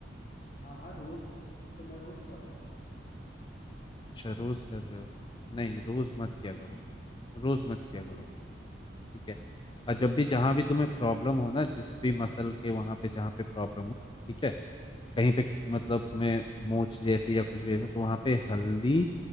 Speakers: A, on the left (about 45°); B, on the left (about 25°).
A: हाँ हाँ रोज वो तो मैं रोज कर रहा हूँ
B: अच्छा रोज कर रहे हो नहीं रोज मत किया
A: क्यों
B: करो रोज मत किया करो
A: क्यों?
B: ठीक है और जब भी जहां भी तुम्हें प्रॉब्लम हो ना जिस भी मसल के वहां पे जहां पे प्रॉब्लम हो ठीक है कहीं पे
A: हाँ
B: मतलब तुम्हें मोच जैसी या कुछ भी ऐसा तो वहां पे हल्दी